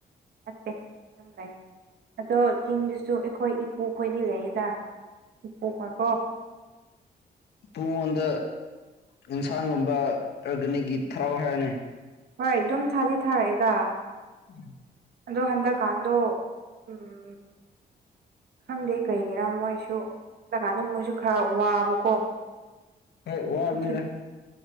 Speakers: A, on the right; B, on the left.
A: ꯅꯠꯇꯦ ꯌꯨꯝ ꯂꯩ ꯑꯗꯣ ꯆꯤꯡꯗꯁꯨ ꯑꯩꯈꯣꯏ ꯏꯄꯨ ꯈꯣꯏꯗꯤ ꯂꯩꯌꯦꯗ <unintelligible>
B: ꯄꯨꯨ ꯃꯉꯣꯟꯗ ꯏꯟꯁꯥꯡꯒꯨꯝꯕ ꯑꯣꯔꯒꯥꯅꯤꯛꯀꯤ ꯊꯔꯛꯑꯣ ꯍꯥꯏꯌꯨꯅ‌ꯦ
A: ꯍꯣꯏ ꯑꯗꯨꯝ ꯊꯥꯗꯤ ꯊꯥꯔꯛꯑꯦꯗ
B: ꯎꯝ
A: ꯑꯗꯣ ꯍꯟꯗꯛ ꯀꯟꯗꯣ ꯎꯝ ꯈꯪꯗꯦ ꯀꯩꯒꯤꯔꯥ ꯃꯣꯏꯁꯨ ꯍꯟꯗꯛ ꯀꯥꯟꯗ ꯃꯣꯏꯁꯨ ꯈꯔ ꯋꯥꯕꯀꯣ
B: ꯍꯣꯏ ꯋꯥꯕꯅꯤꯗ
A: ꯑꯗꯨꯒꯤ